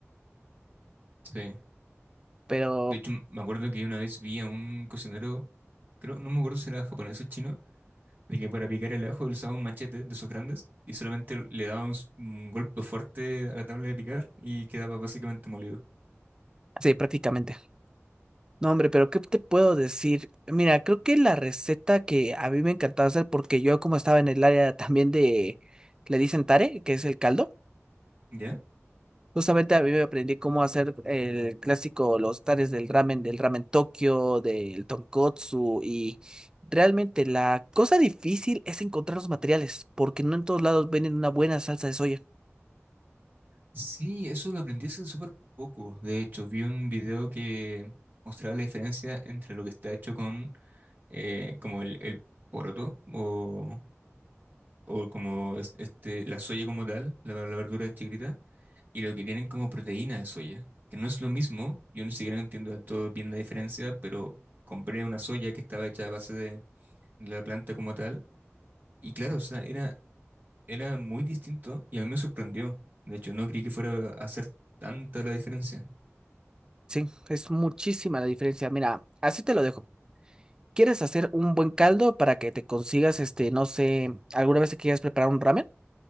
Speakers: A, on the right; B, on the right.
A: Sí.
B: pero
A: De hecho, me acuerdo que una vez vi a un cocinero, creo, no me acuerdo si era japonés o chino, de que para picar el ajo él usaba un machete de esos grandes y solamente le daba un, s- un golpe fuerte a la tabla de picar y quedaba básicamente molido.
B: sí, prácticamente. No, hombre, pero ¿qué te puedo decir? Mira, creo que la receta que a mí me encantaba hacer, porque yo como estaba en el área también de, le dicen tare, que es el caldo.
A: ¿Ya?
B: Justamente a mí me aprendí cómo hacer el clásico, los tares del ramen, del ramen Tokio, del tonkotsu y realmente la cosa difícil es encontrar los materiales porque no en todos lados venden una buena salsa de soya.
A: Sí, eso lo aprendí hace súper poco. De hecho, vi un video que mostraba la diferencia entre lo que está hecho con eh, como el, el poroto o, o como es- este, la soya como tal, la, la verdura chiquita, y lo que tienen como proteína de soya, que no es lo mismo. Yo ni siquiera entiendo del todo bien la diferencia, pero compré una soya que estaba hecha a base de la planta como tal. Y claro, o sea, era, era muy distinto y a mí me sorprendió. De hecho, no creí que fuera a hacer tanta la diferencia.
B: Sí, es muchísima la diferencia. Mira, así te lo dejo. ¿Quieres hacer un buen caldo para que te consigas, este, no sé, alguna vez que quieras preparar un ramen?